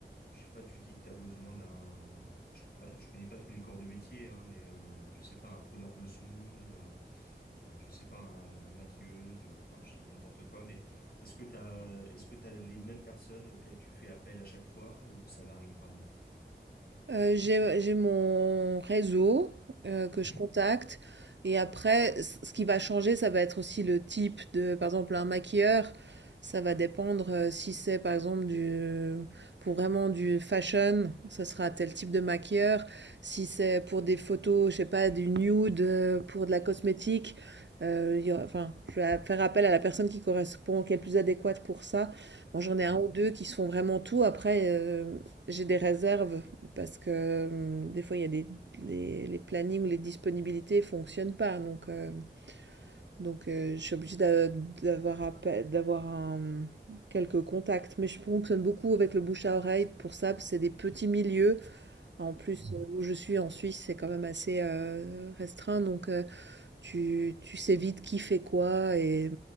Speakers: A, on the left; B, on the right.
A: Je sais pas, tu dis que tu as besoin d'un... Enfin, je, connais pas- je connais pas tous les corps de métier, hein, mais euh, je sais pas, un preneur de son, euh, euh, je sais pas, un une maquilleuse, ou... enfin, je dis n'importe quoi, mais est-ce que t'as, est-ce que t'as les mêmes personnes auxquelles tu fais appel à chaque fois, ou ça varie vraiment?
B: Euh, j'ai, j'ai mon réseau euh, que
A: Mhm,
B: je contacte. Et après, c- ce qui va changer, ça va être aussi le type de, par exemple, un maquilleur. Ça va dépendre euh, si c'est, par exemple, du, pour vraiment du fashion, ça sera tel type de maquilleur. Si c'est pour des photos, je sais pas, du nude, euh, pour de la cosmétique, euh, il y aura- enfin, je vais faire appel à la personne qui correspond, qui est le plus adéquate pour ça. Bon, j'en ai
A: mhm,
B: un ou deux qui se font vraiment tout. Après, euh, j'ai des réserves parce que hum, des fois, il y a des, les, les plannings ou les disponibilités ne fonctionnent pas. Donc, euh, donc euh, je suis obligée d'avoir d'avoir quelques contacts. Mais je fonctionne beaucoup avec le bouche à oreille pour ça, parce que c'est des petits milieux. En plus,
A: mhm,
B: euh, où je suis en Suisse, c'est quand même assez euh, restreint. Donc, euh, tu, tu sais vite qui fait quoi et,